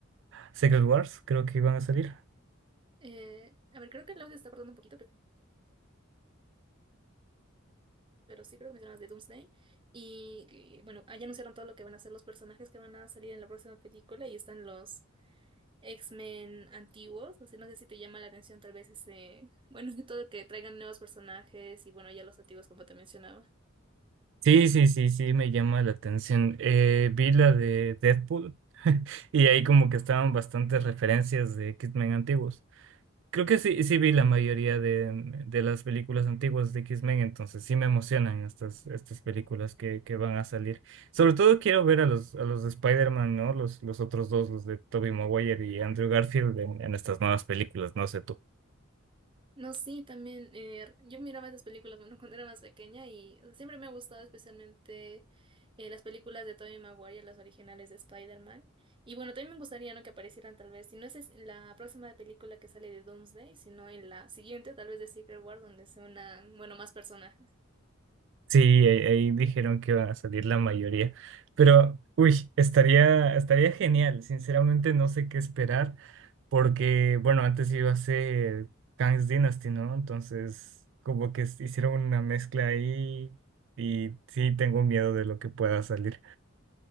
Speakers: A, on the right; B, on the right.
A: Secret Wars, creo que iban a salir.
B: Eh, a ver, creo que el audio se está cortando un poquito, pe- pero sí creo que mencionabas de Doomsday y, que, bueno, allá anunciaron todo lo que van a ser los personajes que van a salir en la próxima película y están los X-Men antiguos, así no sé si te llama la atención tal vez ese, bueno, <laughs> todo que traigan nuevos personajes y, bueno, ya los antiguos como te mencionaba.
A: Sí, sí, sí, sí, me llama la atención. Eh, vi la de Deadpool <laughs> y ahí como que estaban bastantes referencias de Kidman antiguos. Creo que sí, sí vi la mayoría de, de las películas antiguas de X-Men, entonces sí me emocionan estas, estas películas que, que van a salir. Sobre todo quiero ver a los, a los de Spider-Man, ¿no? Los, los otros dos, los de Tobey Maguire y Andrew Garfield en, en estas nuevas películas, no sé tú.
B: No, sí, también. eh, yo miraba esas películas, bueno, <laughs> cuando era más pequeña y siempre me ha gustado especialmente eh, las películas de Tobey Maguire, las originales de Spider-Man. Y bueno, también me gustaría, ¿no? que aparecieran tal vez, si no es es la próxima película que sale de Doomsday, sino en la siguiente, tal vez de Secret War, donde sea una, bueno, más personajes.
A: Sí, ahí, ahí dijeron que van a salir la mayoría, pero uy, estaría, estaría genial. Sinceramente no sé qué esperar. Porque, bueno, antes iba a ser Kang's Dynasty, ¿no? Entonces, como que s- hicieron una mezcla ahí y sí tengo miedo de lo que pueda salir.